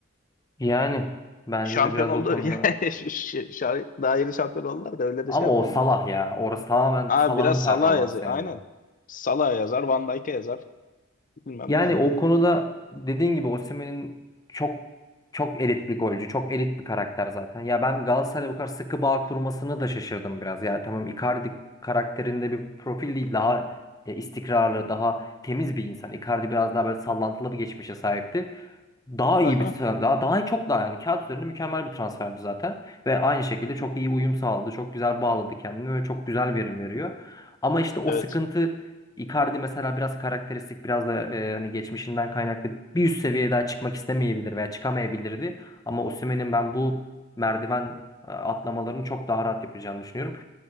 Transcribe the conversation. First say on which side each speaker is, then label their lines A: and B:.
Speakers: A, on the left (about 20°); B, on the left (about 40°).
A: Yani bence
B: Şampiyon
A: de biraz
B: oldu.
A: o konuda.
B: <laughs> Yani ş- ş- ş- daha yeni şampiyon oldular da öyle
A: Ama
B: de şey yapmayalım.
A: o Salah ya. Orası tamamen
B: Abi
A: Salah'ın
B: biraz
A: performansı
B: Salah yazıyor.
A: yani.
B: Aynen. Salah yazar, Van Dijk'e yazar. Bilmem
A: Yani
B: ne yani
A: o
B: anladın
A: konuda
B: mı?
A: dediğin gibi Osimhen'in çok çok elit bir golcü, çok elit bir karakter zaten. Ya ben Galatasaray'la bu kadar sıkı bağ kurmasını da şaşırdım biraz. Ya tamam Icardi karakterinde bir profil değil, daha e, istikrarlı, daha temiz bir insan. Icardi biraz daha böyle sallantılı bir geçmişe sahipti. daha iyi
B: Aha,
A: bir tra- daha daha iyi- çok daha yani kağıt üzerinde mükemmel bir transferdi zaten ve aynı şekilde çok iyi uyum sağladı. Çok güzel bağladı kendini ve çok güzel verim veriyor. Ama işte o
B: evet.
A: sıkıntı Icardi mesela biraz karakteristik biraz da e, hani geçmişinden kaynaklı bir üst seviyeye daha çıkmak istemeyebilir veya çıkamayabilirdi. Ama Osimhen'in ben bu merdiven e, atlamalarını çok daha rahat yapacağını düşünüyorum.